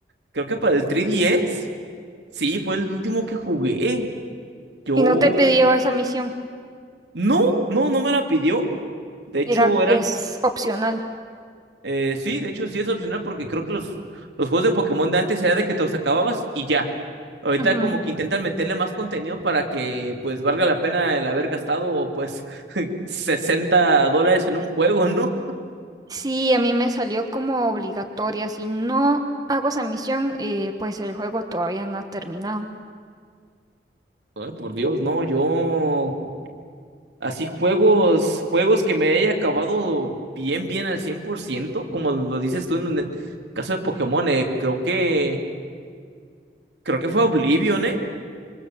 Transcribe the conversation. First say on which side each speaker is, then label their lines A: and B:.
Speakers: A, on the right (about 80°); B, on the right (about 20°).
A: creo que para el 3DS. Sí, fue el último que jugué. Yo,
B: y no te pidió esa misión,
A: no, no, no me la pidió. De hecho,
B: era,
A: era
B: es opcional.
A: Eh, sí, de hecho sí es opcional porque creo que los, los juegos de Pokémon de antes era de que te los acababas y ya. Ahorita
B: Ujú.
A: como que intentan meterle más contenido para que pues valga la pena el haber gastado pues <laughs> 60 dólares en un juego, ¿no?
B: Sí, a mí me salió como obligatoria. Si no hago esa misión, eh, pues el juego todavía no ha terminado.
A: Ay, por Dios, no, yo así juegos, juegos que me haya acabado bien, bien al 100% como lo dices tú en el caso de Pokémon, eh, creo que, creo que fue Oblivion, ¿eh?